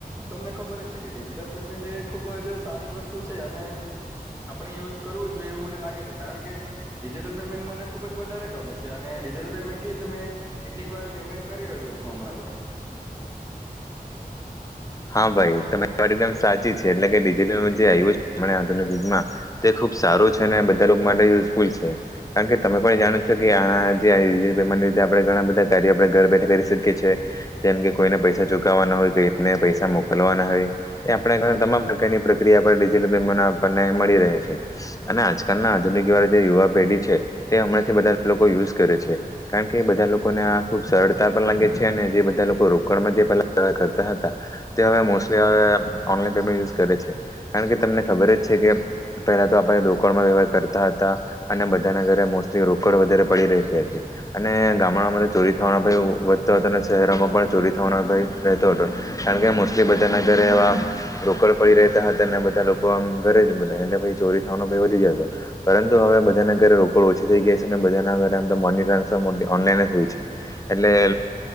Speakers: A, on the right; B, on the left.
A: તમને ખબર જ છે કે ડિજિટલ પેમેન્ટ એ ખુબ જ સારી વસ્તુ છે અને આપણે યુઝ કરવું જોઈએ એવું મને લાગે છે કારણ કે ડિજિટલ પેમેન્ટ મને ખુબ જ વધારે ગમે છે અને ડિજિટલ પેમેન્ટ હી તમે કેટલીક વાર પેમેન્ટ કરી રહ્યો છું હમણાં તો
B: હા ભાઈ તરી વા એકદમ સાચી છે એટલે કેડીજ જે આવ્યું છેુ યુગમાં તે ખુબ ખબ સારો છે અને બધા લોકો માટે યુઝફુલ છે કારણ કે તમે પણ જાણો છો કે આ જે મ આપણે ઘણા બધા કાર્ય આપડણે ઘર બેઠા કરી શકીએ છીએ જેમ કે કોઈને પૈસા ચુકવવાના હોય કોઈને પૈસા પૈસા મોકલવાના હોય એ આપણે ઘ તમામ પ્રકારની પ્રક્રિયા પર ડીઝલ પેમ આપણને મળી રહે છે અને આજકાલ ના આધુનિક વાળા જે યુવા પેઢી છે તે હમણાં થી બધા લોકો યુઝ કરે છે કારણ કે બધા લોકોને આ ખુબ સરળતા પણ લાગે છે અને જે બધા લોકો રોકણમાં જે પેલા કરતા હતા તો હવે મોસ્ટલી હવે ઓનલાન પેમેન્ટ યુઝ કરે છે કારણ કે તમને ખબર જ છે કે પહેલા તો આપ રોકડ વવ કરતા હતા અને બધાને ઘરે મોસ્ટલી રોકડ વધારે પડી રતી હતી અને ગામડામાં ચોરી થવાનો ભાઈ વધતો હતો અને શહેરોમાં પણ ચોરી થવાનો ભાઈ રહેતો હતો કારણ કે એ બધાના ઘરે એવા રોકડ પડી રહેતા હતા અનેને બધા લોકો આમ ઘરે જા એટલે ચોરી થવાનો વધી જ પરુ હવે બધાના ઘરે રોકડ ઓછી થઈ ગયા છે અને બધના ઘની ટ્રાન્સફર